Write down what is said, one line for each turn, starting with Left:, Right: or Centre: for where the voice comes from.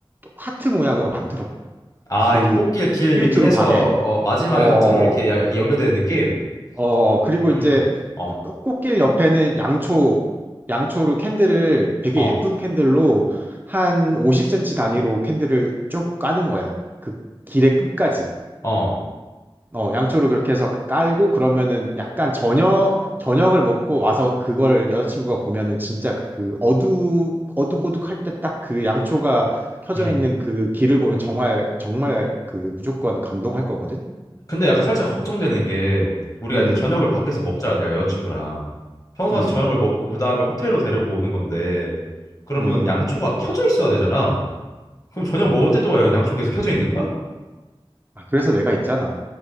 Right: 하트 모양으로 만들어
Left: 아,
Right: 그
Left: 이렇게 꽃길 길
Right: 스위트룸
Left: 이렇게 해서
Right: 방에
Left: 어, 마지막에
Right: 어 어,
Left: 하트로 이렇게
Right: 어.
Left: 야- 연결되는 느낌?
Right: 어, 그리고
Left: 음.
Right: 이제
Left: 어.
Right: 꽃- 꽃길 옆에는 양초, 양초로 캔들을 되게
Left: 어.
Right: 예쁜 캔들로 한 50cm 단위로 캔들을 쭉 까는 거야. 그 길의 끝까지.
Left: 어.
Right: 어, 양초를 그렇게 해서 깔고 그러면은 약간 저녁, 저녁을 먹고 와서 그걸 여자친구가 보면은 진짜 그 그 어둑, 어둑어둑할 때 딱 그 양초가 켜져
Left: 음.
Right: 있는 그 길을 보면 정말, 정말 그 무조건 감동할 거거든?
Left: 근데 약간 살짝 걱정되는 게 우리가
Right: 음,
Left: 일단 저녁을 밖에서 먹자 내가 여자친구랑 평소같이
Right: 음,
Left: 저녁을 먹고 그다음에 호텔로 데려고 오는 건데 그러면
Right: 음,
Left: 양초가
Right: 음,
Left: 켜져 있어야 되잖아. 그럼 저녁
Right: 음.
Left: 먹을 때 또 와요? 양초 계속 켜져 있는 거야?
Right: 아, 그래서 내가 있잖아.